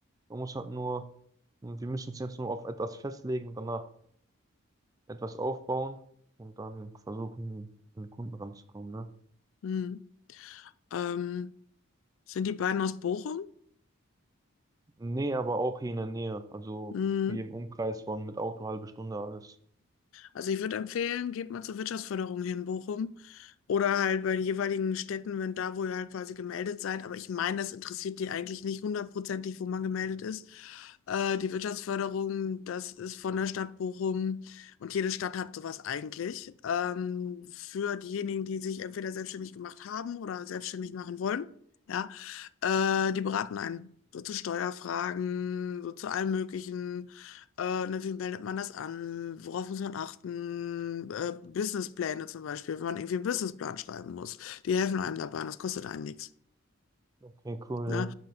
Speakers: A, on the right; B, on the left.
A: Man muss halt nur, und wir müssen uns jetzt nur auf etwas festlegen und danach etwas aufbauen und dann versuchen, an den Kunden ranzukommen, ne?
B: hm. hm. Ähm, sind die beiden aus Bochum?
A: Nee, aber auch hier in der Nähe. Also
B: Hm.
A: hier im Umkreis von mit Auto halbe Stunde alles.
B: Also ich würde empfehlen, geht mal zur Wirtschaftsförderung hier in Bochum oder halt bei den jeweiligen Städten, wenn da, wo ihr halt quasi gemeldet seid. Aber ich meine, das interessiert die eigentlich nicht hundertprozentig, wo man gemeldet ist. Äh, die Wirtschaftsförderung, das ist von der Stadt Bochum und jede Stadt hat sowas eigentlich. Ähm, für diejenigen, die sich entweder selbstständig gemacht haben oder selbstständig machen wollen. Ja, äh, die beraten einen. So zu Steuerfragen, so zu allem Möglichen. Äh, ne, wie meldet man das an? Worauf muss man achten? Äh, Businesspläne zum Beispiel, wenn man irgendwie einen Businessplan schreiben muss. Die helfen einem dabei und das kostet einen nichts.
A: Okay, cool.
B: Ne?
A: Ja.